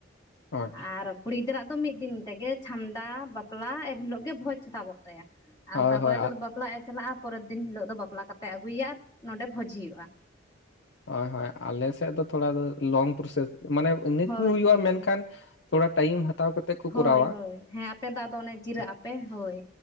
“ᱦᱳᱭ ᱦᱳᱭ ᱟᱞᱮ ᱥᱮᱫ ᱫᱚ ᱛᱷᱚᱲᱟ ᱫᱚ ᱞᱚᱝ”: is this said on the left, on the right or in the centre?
Left